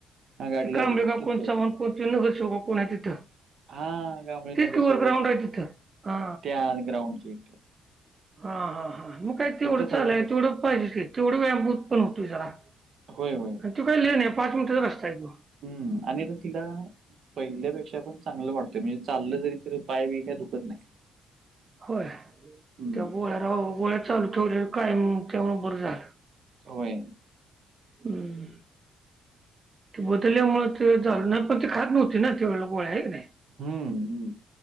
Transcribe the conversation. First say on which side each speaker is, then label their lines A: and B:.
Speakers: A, on the right (about 60°); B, on the right (about 35°).
A: हां गाडी
B: ते कांबळे
A: लावली
B: का
A: तिथं.
B: कोण चव्हाण कोण नगरसेवक कोण आहे तिथं.
A: हा गामळी
B: तेच
A: नगरसेवक
B: की वर ग्राउंड
A: आहेत
B: आहे तिथं हा
A: त्या ग्राउंडची य.
B: हा हा हा मग काय तेवढं
A: तिथं सगळं
B: चालय
A: बस
B: तेवढं पाहिजे तेवढं व्यायामभूत पण होतोय जरा.
A: होय होय.
B: आणि तू काही लेण आहे पाच मिनिटच रस्ता आहे तो.
A: हम्म आणि तिला. पहिल्यापेक्षा पण चांगलं वाटतंय म्हणजे चाल जरी त पाय बी काय दुखत नाही.
B: होय
A: हं.
B: त्या गोळ्या रा गोळ्या चालू ठेवल्या काय त्यामुबर झालं.
A: होय.
B: हम्म. ते बदलल्यामुळे तेचालू पण ते खात नव्हती ना तेवो आहे की नाही.
A: हम् हम्.